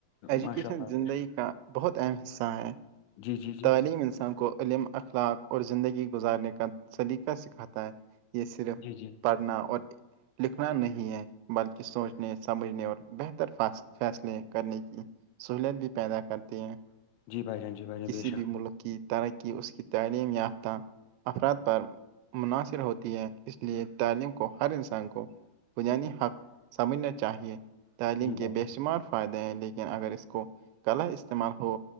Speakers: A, on the right (about 85°); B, on the left (about 85°).
A: ایجوکیشن
B: ماشاء اللہ
A: زندگی
B: بے شک۔
A: کا بہت اہم حصہ ہے
B: جی جی جی
A: تعلیم انسان کو علم اخلاق اور زندگی گزارنے کا سلیقہ سکھاتا ہے یہ صرف
B: جی جی
A: پڑھنا اور لکھنا نہیں ہے بلکہ سوچنے سمجھنے اور بہتر فاصلہ فیصلے کرنے کی سہولت بھی پیدا کرتے ہیں
B: جی بھائی جان جی بھائی جان
A: کسی
B: بے شک
A: بھی ملک کی ترقی اس کی تعلیم یافتہ افراد پر مناحصر ہوتی ہے اس لیے تعلیم کو ہر انسان کو بنیادی حق سمجھنا چاہیئے تعلیم
B: جی بھائی
A: کے بےر شمار فائدے ہیں لیکن اگر اس کو کلا استعمال ہو